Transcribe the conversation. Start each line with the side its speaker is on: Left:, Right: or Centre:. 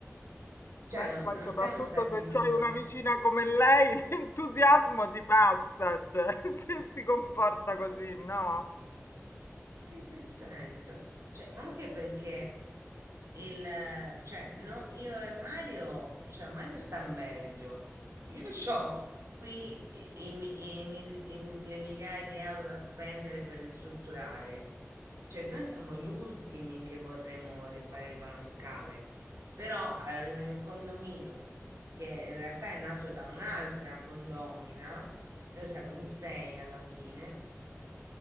Right: cioè
Left: Beh, poi
Right: no-
Left: soprattutto
Right: non siamo stati
Left: se
Right: noi.
Left: c'hai una vicina come lei, <laughs> l'entusiasmo ti passa, cioè, <laughs> se si comporta
Right: Boh.
Left: così, no?
Right: In che senso? Cioè, anche perché il, eh, cioè, no, io e Mario, cioè Mario sta in Belgio, io ho qui i- i mi- i mil- i m- le migliaia di euro da spendere per ristrutturare, cioè noi siamo gli ultimi che vorremmo rifare il vanoscale, però alla riunione del condominio, che in realtà è nato da un'altra condomina, noi siamo in sei alla fine,